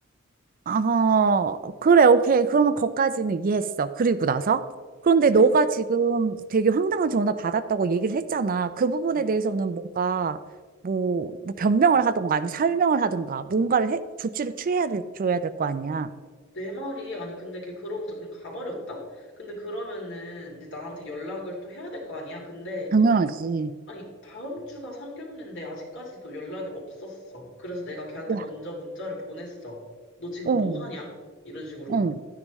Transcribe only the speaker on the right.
어, 그래, 오케이. 그러면 거기까지는 이해했어. 그리고 나서? 그런데
너가
지금 되게 황당한 전화 받았다고 얘기를 했잖아. 그 부분에
대해서는 뭔가, 뭐, 뭐 변명을 하던가, 아니면 설명을 하던가, 뭔가를 해, 조치를 취해야 될, 줘야 될 거 아니야.
당연하지.
와,
어,
응,